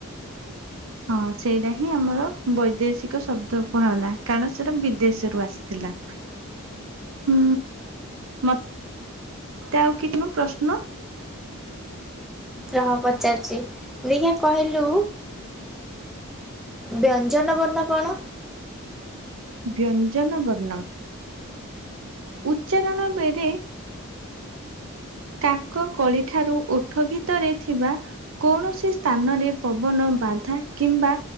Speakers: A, in the centre; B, on the right.
A: ହ
B: ହଁ ସେଇଟା ହିଁ ଆମର ବୈଦେଶିକ ଶବ୍ଦ କୁହାଗଲା କାରଣ ସେଇଟା ବିଦେଶରୁ ଆସିଥିଲା।
A: <inaudible>
B: ହୁଁ ମତେ ଆଉ କିଛି ପ୍ରଶ୍ନ।
A: ରହ ପଚାରୁଛି ଦେଖିବା କହିଲୁ। ବ୍ୟଞ୍ଜନ ବର୍ଣ୍ଣ କଣ?
B: ବ୍ୟଞ୍ଜନ ବର୍ଣ୍ଣ। ଉଚ୍ଚାରଣ ବେରେ। କାକ କଳି ଠାରୁ ଓଠ ଭିତରେ ଥିବା। କୌଣସି ସ୍ଥାନରେ ପବନ ବାଧା କିମ୍ବା।